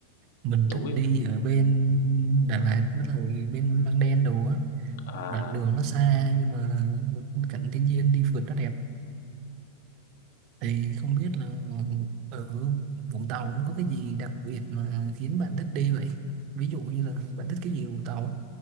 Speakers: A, on the right (about 40°); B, on the left (about 55°).
A: Mình thích
B: núi
A: đi
B: nè,
A: ở bên Đà Lạt với lại bên Măng Đen đồ á.
B: à
A: Đoạn đường nó xa nhưng mà cảnh thiên nhiên đi phượt nó đẹp. Thì không biết là ở Vũng Tàu nó có cái gì đặc biệt mà khiến bạn thích đi vậy? Ví dụ như là bạn thích cái gì ở Vũng Tàu?